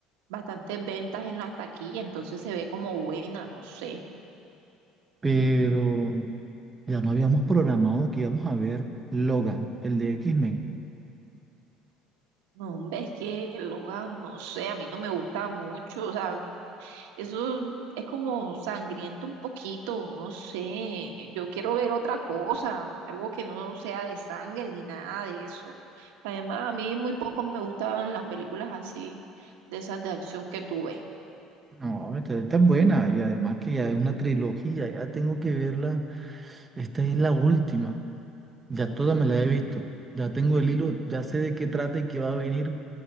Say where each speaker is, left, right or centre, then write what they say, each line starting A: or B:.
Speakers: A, on the right (about 85°); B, on the right (about 20°).
A: bastantes ventas en la taquilla, entonces se ve como buena, no sé.
B: pero ya no habíamos programado que íbamos a ver Logan, el de X-Men.
A: No, hombre, es que Logan, no sé, a mí no me gusta mucho, o sea, Eso es como sangriento un poquito, no sé. Yo quiero ver otra cosa, algo que no sea de sangre ni nada de eso. Además, a mí muy poco me gustaban las películas así, de esas de acción que tú ves.
B: No, esta es tan buena y además que ya es una trilogía, ya tengo que verla. Esta es la última, ya toda me la he visto, ya tengo el hilo, ya sé de qué trata y qué va a venir